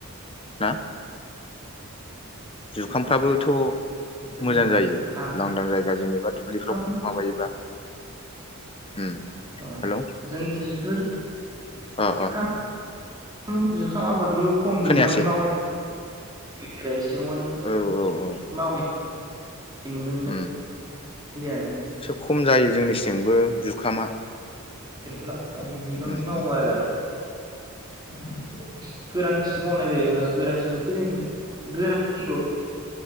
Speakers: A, on the left; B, on the right.
A: ना जुखामफ्राबोथ'
B: उम बेफोरनो
A: मोजां
B: जाबाय
A: जायो
B: जुखाम
A: लांदां जायगा जेनेबा दुब्लिफ्राव
B: जुखामखौ
A: माबायोबा। उम
B: अ'
A: हेलौ
B: जोंथि बेफोर
A: अ
B: जुखाम
A: अ
B: खाम जुखाम आबादखौ खम
A: खोनायासै
B: बिबाङै मावनाय <unintelligible> बेयाव मानि
A: औ औ औ
B: मावनाय नुनो मोननाय
A: उम
B: जाया जोंनिथिं
A: एसे खम जायो जोंनिसि बो जुखामा
B: बेंथलाव खम बिबांनि
A: उम
B: मावो
A: उम
B: आरो। उम बे-बे गोरान मावनाय जायो गोरांथि <unintelligible>